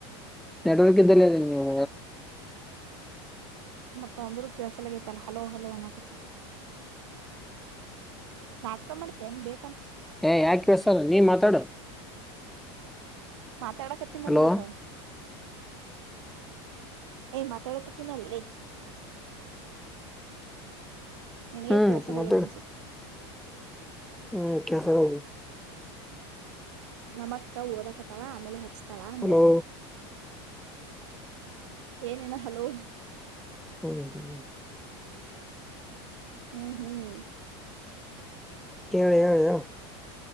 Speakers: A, in the centre; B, on the right.
A: ನೆಡ್ವರ್ಕ್ ಇದ್ದಲ್ಲಿ ಅಿ ನೀವು
B: ಮತ್ತ ಅಂದ್ರೂ ಕೆಲಸಲಾಗೈತಲ್ಲಾ. ಹಲೋ ಹಲೋ ಅನಾಕತಿ ನಾಟಕ ಮಾಡ್ತೇ ನ್ ಬೇಕು?
A: ಏ ಯಾಕ್ ಕೆಲ್ಸದ ನಿನ್ ಮಾತಾಡು
B: ಮಾತಾಡಕತ್ತಿನಲ್ಲ
A: ಹಲೋ
B: ಮತ್ತ ಹೇ ಮಾತಾಡ್ ತಿನಲ್ಲೇ ನಿನಗೆ
A: ಹ್ಮ್
B: ಕೇಳಸಲಗ್ಯದ
A: ಮಾತಾಡು
B: ಅನ್ಸುತ್ತ
A: ಹ್ಮ್ ಕೆಲಸದವು
B: ನಮಕ್ಕ ಓದಕತ್ತಳ ಆಮೇಲೆ ಹಚ್ತ ತಳ ಅಂದೇ
A: ಹಲೋ
B: ಏನೇನಾ ಹಲೋ
A: ಹ್ಮ್ ಹ್ಮ್
B: ಹ್ಮ್ ಹ್ಮ್
A: ಹೇಳ ಹೇಳ ಹೇಳ